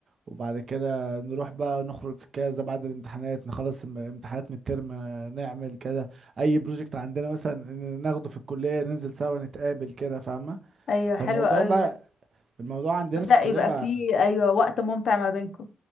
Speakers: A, on the right (about 45°); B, on the left (about 50°).
A: وبعد كده نروح بقى نخرج في كذا بعد الامتحانات نخلص الم- امتحانات من الترم آه، نعمل كده اي بروجكت عندنا مثلا ن- ناخده في الكلية ننزل سوا نتقابل كده فاهمة
B: ايوه
A: فالموضوع
B: حلوة قوي
A: بقى
B: ده
A: الموضوع عندنا
B: بدأ
A: في الكلية
B: يبقى
A: بقى
B: في ايوه وقت ممتع ما بينكم